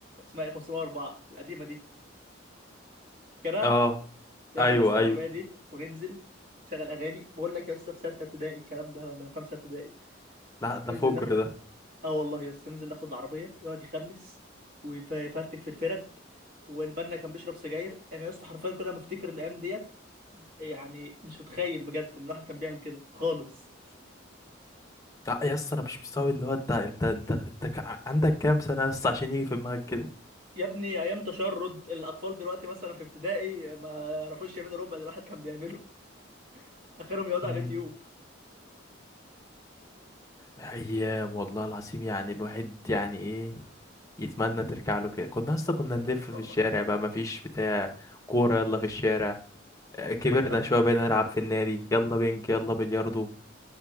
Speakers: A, on the right (about 45°); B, on the left (about 15°).
A: اسمها ايه 504 القديمه دي فاكرها
B: اه
A: ياخد
B: ايوه
A: يا اسطى العربيه
B: ايوه
A: دي وننزل شغل اغاني بقول لك يا اسطى في سته ابتدائي الكلام ده ولا خمسه ابتدائي
B: لا ده
A: انزل
B: فجر
A: ناخد
B: ده
A: اه والله يا اسطى ننزل ناخد العربيه يقعد يخمس ويفرتك في الفرد والبنا كان بيشرب سجاير انا يا اسطى حرفيا كل ما افتكر الايام ديت يعني مش متخيل بجد ان الواحد كان بيعمل كده خالص
B: لا يا اسطى انا مش مستوعب اللي هو انت انت انت انت كا- عندك كام سنة يا اسطى عشان يجي في دماغك كده
A: يا ابني ايام تشرد الاطفال دلوقتي مثلا في ابتدائي ما يعرفوش يعملوا ربع اللي الواحد كان بيعمله <laughs> اخرهم يقعدوا
B: امم
A: على اليوتيوب
B: ايام والله العظيم يعني الواحد يعني ايه يتمنى ترجع له كده كنا اصلا كنا
A: ايوه
B: نلف
A: يا اسطى
B: في
A: والله
B: الشارع بقى مفيش بتاع كورة يلا في الشارع آه، كبرنا
A: طب
B: شوية بقينا نلعب في النادي يلا بينج يلا بلياردو